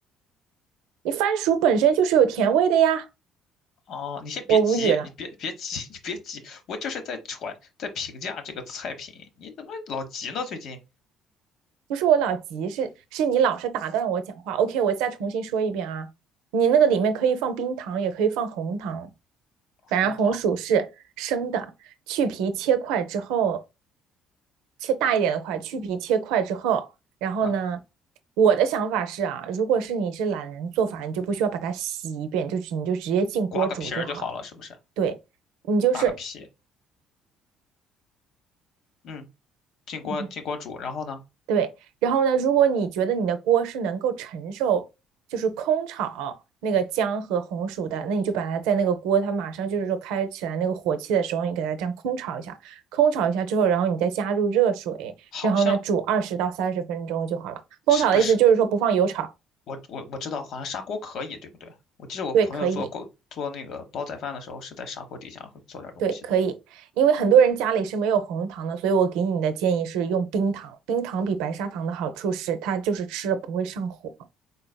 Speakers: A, on the right; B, on the left.
A: 你番薯本身就是有甜味的呀，
B: 哦，你先别急，
A: 我无语了。
B: 你别别急，<laughs> 你别急，我就是在传在评价这个菜品，你怎么老急呢？最近
A: 不是我老急，是是你老是打断我讲话。OK，我再重新说一遍啊，你那个里面可以放冰糖，也可以放红糖，
B: 红糖，
A: 反正红薯是生的，去皮切块之后，切大一点的块，去皮切块之后，然后呢，
B: 嗯，
A: 我的想法是啊，如果是你是懒人做法，你就不需要把它洗一遍，就是你就直接进锅煮就好了。
B: 刮个皮儿就好了，是不是？
A: 对，你就是。
B: 打个皮，嗯，进锅进锅煮，
A: 嗯
B: 然后呢，
A: 对，然后呢，如果你觉得你的锅是能够承受，就是空炒那个姜和红薯的，那你就把它在那个锅，它马上就是说开起来那个火气的时候，你给它这样空炒一下，空炒一下之后，然后你再加入热水，
B: 好像
A: 然后呢煮二十到三十分钟就好了。空炒的意思就是说不放油炒，
B: 是不是我我我知道，好像砂锅可以，对不对？我记得我朋友做过做那个煲仔饭的时候，
A: 对，可以，
B: 是在砂锅底下会做点东西的。
A: 对，可以，因为很多人家里是没有红糖的，所以我给你的建议是用冰糖，冰糖比白砂糖的好处是它就是吃了不会上火。